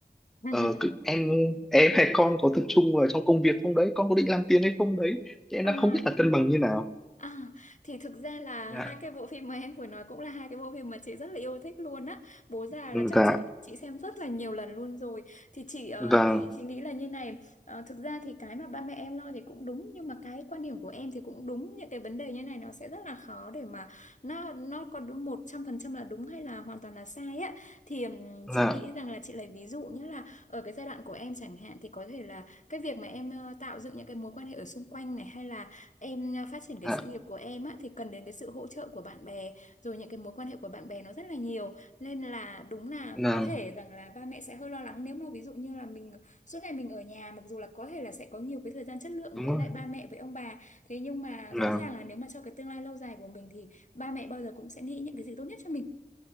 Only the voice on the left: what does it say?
<laughs>
À.
À, thì thực ra là
hai cái bộ phim mà em vừa nói cũng là hai cái bộ phim mà chị rất là yêu thích luôn á. Bố già
là chắc
chị chị xem rất là nhiều lần luôn rồi. Thì chị ờ,
thì chị nghĩ là như này, ờ, thực ra thì cái mà ba mẹ em lo thì cũng đúng nhưng mà cái quan điểm của em thì cũng đúng. Những cái vấn đề như này nó sẽ rất là khó để mà nó nó có đúng 100% là đúng hay là hoàn toàn là sai á. Thì ừm,
chị nghĩ rằng là chị lấy ví dụ như là ở cái giai đoạn của em chẳng hạn thì có thể là cái việc mà em ờ, tạo dựng những cái mối quan hệ ở xung quanh này hay là em à, phát triển cái
sự nghiệp của em á thì cần đến cái sự hỗ trợ của bạn bè rồi những cái mối quan hệ của bạn bè nó rất là nhiều nên là đúng là
có thể rằng là ba mẹ sẽ hơi lo lắng nếu mà ví dụ như là mình suốt ngày mình ở nhà mặc dù là có thể là sẽ có nhiều cái thời gian chất lượng
với
lại ba mẹ với ông bà thế nhưng mà
rõ ràng là nếu mà cho cái tương lai lâu dài của mình thì ba mẹ bao giờ cũng sẽ nghĩ những cái gì tốt nhất cho mình